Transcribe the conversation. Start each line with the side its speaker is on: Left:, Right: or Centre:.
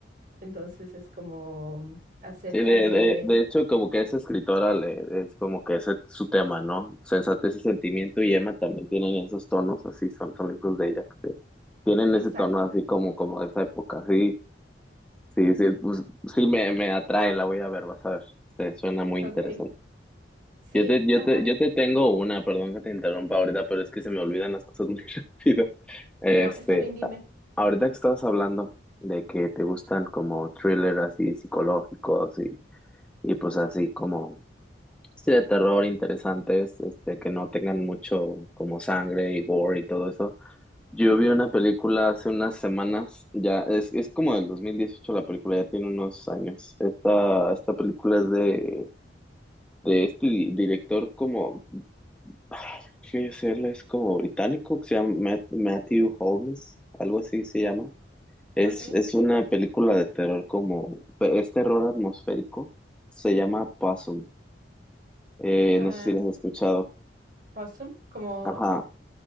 Right: Entonces es como acerca
Centre: Sí, de,
Right: de...
Centre: de, de hecho, como que esa escritora le, es como que ese es su tema, ¿no? Sensatez y sentimiento y Emma también tienen esos tonos, así son, son libros de ella que tienen
Right: Exacto,
Centre: ese tono así como, como de esa época. Sí, sí, sí, pues, sí me, me atrae, la voy a ver, vas a ver. Este, suena muy
Right: ok.
Centre: interesante.
Right: Sí,
Centre: Yo te, yo
Right: ajá.
Centre: te, yo te tengo una, perdón que te interrumpa ahorita, pero es que se me olvidan las cosas <laughs> muy rápido. Este,
Right: No, está bien, dime.
Centre: ahorita que estabas hablando de que te gustan como thrillers así psicológicos y, y pues así como Sí, de terror interesantes, este, que no tengan mucho como sangre y gore y todo eso. Yo
Right: Ujú,
Centre: vi una película hace unas semanas, ya es, es como del 2018 la película, ya tiene unos años. Esta, esta película es de, de este di- director como, <sighs> ay, ¿qué es él? Es como británico, que se llama Matt- Matthew Holmes, algo así se llama. Es,
Right: Ok.
Centre: es una película de terror como, pe- es terror atmosférico, se llama Possum, Eh,
Right: Em,
Centre: no sé si la has escuchado.
Right: possum, como,
Centre: Ajá,